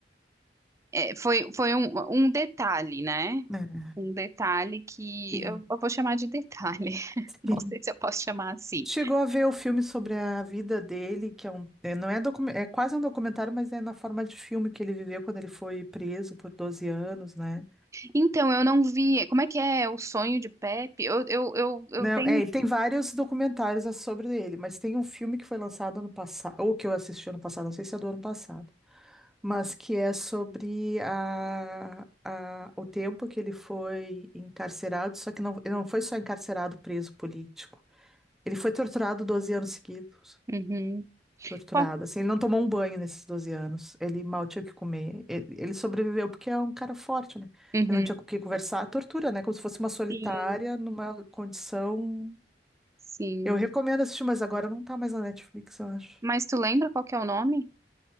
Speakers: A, on the right (about 15°); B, in the centre.
A: é, foi, foi um, um detalhe, né?
B: É,
A: Um detalhe que
B: sim,
A: eu, eu vou chamar de detalhe. <laughs> Não
B: sim.
A: sei se eu posso chamar assim.
B: Chegou a ver o filme sobre a vida dele, que é um, é, não é, docu- é quase um documentário, mas é na forma de filme que ele viveu quando ele foi preso por 12 anos, né?
A: Então, eu não vi. Como é que é o sonho de Pepe? Eu, eu, eu, eu
B: Não,
A: tenho.
B: é, ele tem vários documentários a- sobre ele, mas tem um filme que foi lançado ano passado, ou que eu assisti ano passado, não sei se é do ano passado, mas que é sobre a, a- o tempo que ele foi encarcerado, só que não, ele não foi só encarcerado preso político. Ele foi torturado 12 anos seguidos.
A: Uhum.
B: Torturado,
A: Qual-
B: assim, ele não tomou um banho nesses 12 anos, ele mal tinha o que comer. Ele, ele sobreviveu porque é um cara forte, né?
A: Uhum.
B: Ele não tinha com quem conversar, tortura, né? Como se fosse uma solitária
A: Sim,
B: numa condição
A: sim.
B: eu recomendo assistir, mas agora não tá mais na Netflix, eu acho.
A: Mas tu lembra qual que é o nome?